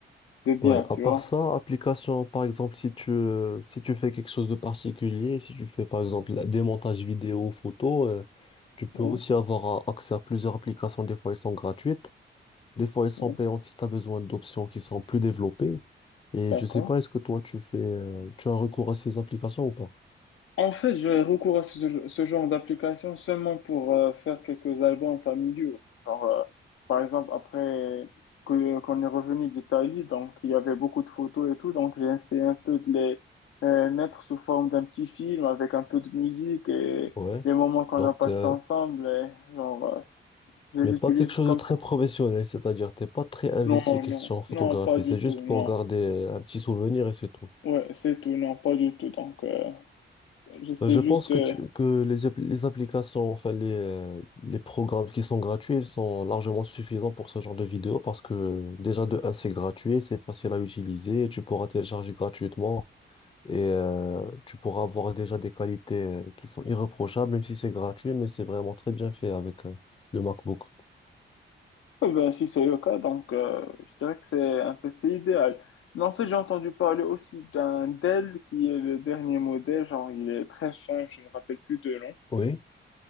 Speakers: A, on the left (about 75°); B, on the left (about 25°).
A: de bien,
B: Ouais, à
A: tu
B: part
A: vois.
B: ça, application, par exemple, si tu, euh, si tu fais quelque chose de particulier, si tu fais par exemple la- des montages vidéo, photo, euh, tu peux
A: Ouais,
B: aussi avoir a- accès à plusieurs applications. Des fois, elles sont gratuites, des fois, elles sont
A: ouais,
B: payantes si tu as besoin d'options qui sont plus développées. Et
A: d'accord.
B: je sais pas, est-ce que toi, tu fais, euh, tu as recours à ces applications ou pas?
A: En fait, j'ai recours à ce, ce genre d'application seulement pour euh, faire quelques albums familiaux. Genre, euh, par exemple, après que, qu'on est revenu d'Italie, donc il y avait beaucoup de photos et tout, donc j'ai essayé un peu de les euh, mettre sous forme d'un petit film avec un peu de musique et
B: Ouais.
A: les moments qu'on
B: Donc,
A: a passés
B: euh,
A: ensemble, et, genre, euh, je les
B: Mais pas
A: utilise
B: quelque chose
A: comme
B: de très
A: ça.
B: professionnel, c'est-à-dire t'es pas très investi
A: Non,
B: question
A: non,
B: photographie,
A: non, pas du
B: c'est juste
A: tout,
B: pour
A: non.
B: garder euh, un petit souvenir et c'est tout.
A: Ouais, c'est tout, non, pas du tout. Donc, euh, J'essaie
B: Euh, Je
A: juste
B: pense
A: de...
B: que, tu- que les, app- les applications, enfin les, euh, les programmes qui sont gratuits, ils sont largement suffisants pour ce genre de vidéo parce que euh, déjà de un, c'est gratuit, c'est facile à utiliser, tu pourras télécharger gratuitement et euh, tu pourras avoir déjà des qualités euh, qui sont irréprochables, même si c'est gratuit, mais c'est vraiment très bien fait avec euh, le MacBook.
A: Eh ben, si c'est le cas, donc euh, je dirais que c'est un PC idéal. Mais en fait, j'ai entendu parler aussi d'un Dell qui est le dernier modèle, genre il est très fin, je ne me rappelle plus de nom.
B: Oui.